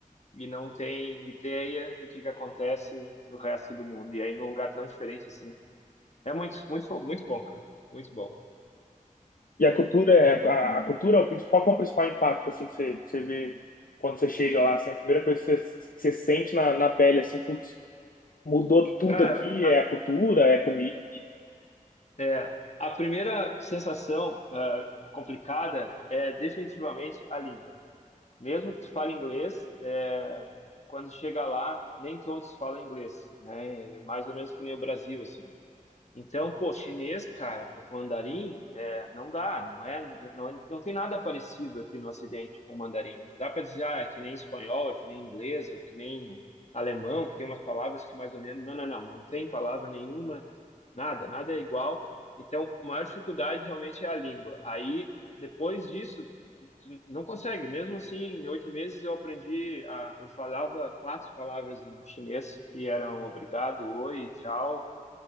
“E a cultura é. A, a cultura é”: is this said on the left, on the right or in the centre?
Left